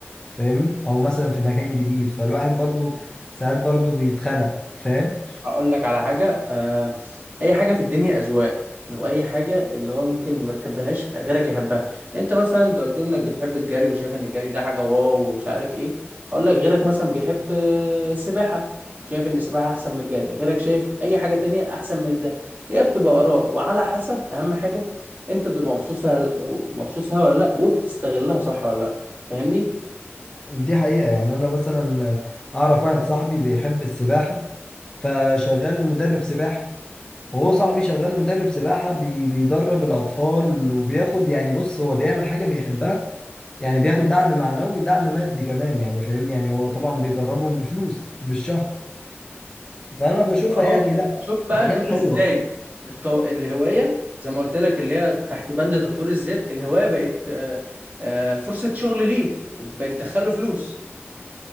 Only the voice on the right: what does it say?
هقول لك على حاجة آه أي حاجة في الدنيا أذواق وأي حاجة اللي هو ممكن ما تحبهاش غيرك يحبها أنت مثلا أنت قلت لي إنك بتحب الجري وشايف إن الجري ده حاجة واو ومش عارف إيه هقول لك غيرك مثلا بيحب آه، السباحة شايف إن السباحة أحسن من الجري غيرك شايف أي حاجة تانية أحسن من ده هي بتبقى آراء وعلى حسب أهم حاجة أنت بتبقى مبسوط فيها مبسوط فيها ولا لأ وبتستغلها صح ولا لأ فاهمني؟
اهو
شوف بقى
شوف
ازاي التو... الهوايه زي ما قلت لك اللي هي تحت بند تطوير الذات الهوايه بقت آه، آه، فرصه شغل ليه بقت تدخله فلوس